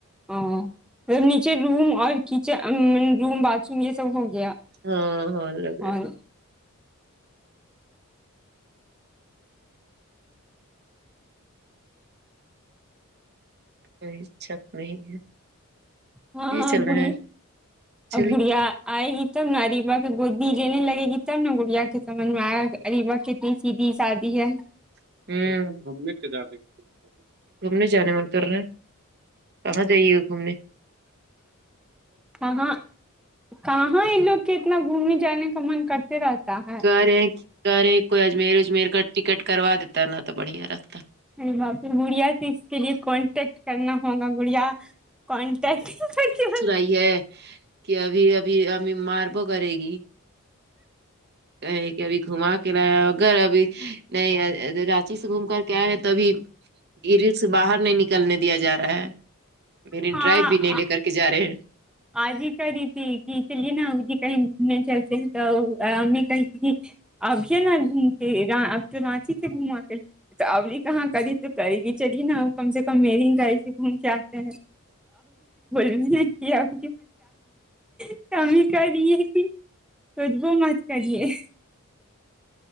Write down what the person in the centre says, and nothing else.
او فر نیچے روم اور کچن روم باتھ روم یہ سب ہو گیا
اور
ہاں
ہاں
بوڑی
اب
بڑھیا آئے گی تب اریبہ گودی لینے لگے گی تب نا بڑھیا کے سمجھ میں آیا اریبہ کتنی سیدھی سادی ہے
کہاں کہاں یہ لوگ کے اتنا گھومنے جانے کا من کرتے رہتا ہے
ارے باپ رے بڑھیا سے اس کے لیے کانٹیکٹ کرنا ہوگا گڑیا کونٹکٹ ہی کرکے <unintelligible>
ہاں
آج ہی کری تھی کی چلیے نا کہیں گھومنے چلتے ہیں تو ہمیں کہی ابھی نا گھوم کے اب تو رانچی تھے گھما کے تو ابھی کہاں کری تو کرےگی چلیے نہ کام سے کم ویرنگ کا ایک گھوم کے تے ہیں <inaudible> کم کریے کہ خودبو مت کریے